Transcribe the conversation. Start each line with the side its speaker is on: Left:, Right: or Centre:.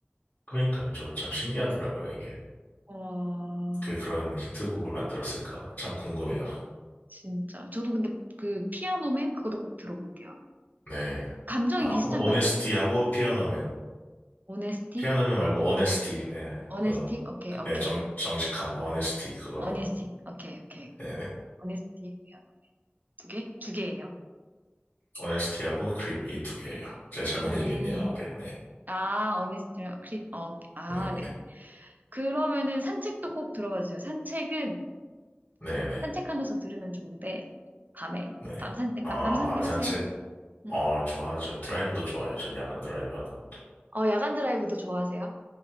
Left: 그러니까요, 저도 참 신기하더라고요, 이게.
Right: 와,
Left: 그 그런 히트곡을 만들었을까? 참 궁금해요.
Right: 진짜. 저도 근데 그 피아노맨 그것도 꼭 들어볼게요.
Left: 네.
Right: 감정이
Left: 아,
Right: 비슷한가요,
Left: 오네스티하고
Right: 크림?
Left: 피아노맨.
Right: 오네스티?
Left: 피아노맨 말고 오네스티. 네.
Right: 어네스티?
Left: 그,
Right: 오케이, 오케이.
Left: 네, 정, 정직함, 오네스티, 그거는.
Right: 어니스티. 오케이, 오케이.
Left: 네, 네.
Right: 어니스티 피아노. 두 개? 두 개예요.
Left: 오네스티하고 크립 이 두 개예요. 제가 잘못
Right: 음,
Left: 얘기했네요, 앞에. 네.
Right: 아, 어니스티랑 크립. 어, 오케이. 아,
Left: 네네네.
Right: 네. 그러면은 산책도 꼭 들어봐 주세요. 산책은
Left: 네네. 네.
Right: 산책하면서 들으면 좋은데 밤에
Left: 네, 네.
Right: 밤
Left: 네.
Right: 산책한
Left: 아,
Right: 밤 산책하세요.
Left: 밤에 산책.
Right: 음.
Left: 어, 좋아하죠. 드라이브도 좋아해요. 전 야간 드라이브 하는 것도.
Right: 어, 야간 드라이브도 좋아하세요?